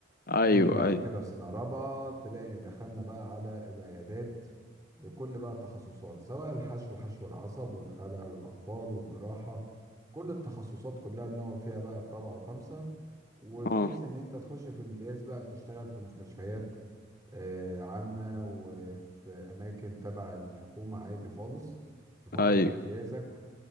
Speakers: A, on the left; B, on the right.
A: ايوه
B: تيجي بعد
A: ايوه
B: كده في سنة رابعة تلاقي دخلنا بقى على العيادات بكل بقى التخصصات سواء الحشو حشو العصب والخلع والأطفال والجراحة كل التخصصات كلها بنقعد فيها بقى في رابعة وخمسة وبحيث
A: اه
B: إن أنت تخش في امتياز بقى بتشتغل في مستشفيات آه، عامة وفي أماكن تبع الحكومة عادي خالص في فترة
A: ايوه
B: امتيازك